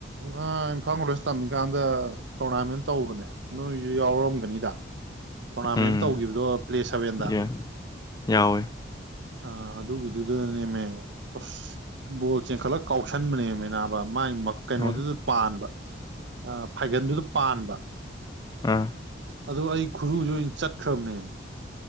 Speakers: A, on the right (about 65°); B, on the left (about 20°).
A: ꯃꯥ ꯏꯝꯐꯥꯜ ꯀꯣꯂꯦꯖ ꯇꯝꯃꯤꯀꯥꯟꯗ ꯇꯣꯔꯅꯥꯃꯦꯟ ꯇꯧꯕꯅꯦ ꯅꯣꯏꯖꯨ ꯌꯥꯎꯔꯝꯒꯅꯤꯗ ꯇꯣꯔꯅꯥꯃꯦꯟ
B: ꯎꯝ
A: ꯑꯝ ꯇꯧꯒꯤꯕꯗꯣ ꯄ꯭ꯂꯦ ꯁꯚꯦꯟꯗ
B: ꯌꯥ ꯌꯥꯎꯋꯦ
A: ꯑꯥ ꯑꯗꯨꯒꯤꯗꯨꯗꯅꯦꯃꯦ ꯑꯁ ꯕꯣꯜ ꯆꯦꯟꯈꯠꯂ ꯀꯥꯎꯁꯟꯕꯅꯦꯃꯦ ꯅꯥꯕ ꯃꯥꯏ ꯃꯛ ꯀꯩꯅꯣꯗꯨꯗ
B: ꯑꯥ
A: ꯄꯥꯟꯕ ꯑꯥ ꯐꯥꯏꯒꯟꯗꯨꯗ ꯄꯥꯟꯕ
B: ꯑꯥ
A: ꯑꯗꯨꯒ ꯑꯩ ꯈꯨꯔꯨꯖꯦ ꯑꯣꯏꯅ ꯆꯠꯈ꯭ꯔꯕꯅꯦꯃꯦ